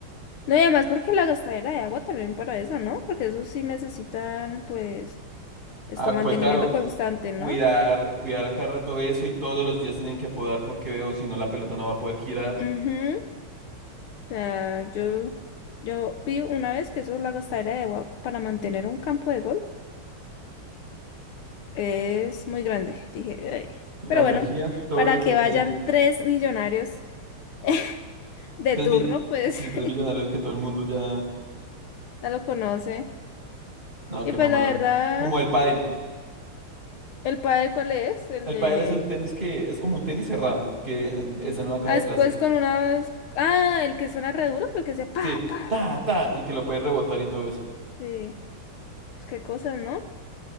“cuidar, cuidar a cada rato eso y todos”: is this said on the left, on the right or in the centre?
Right